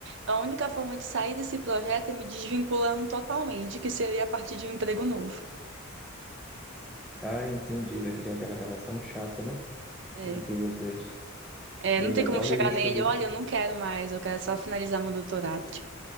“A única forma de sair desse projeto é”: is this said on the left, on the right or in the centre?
Right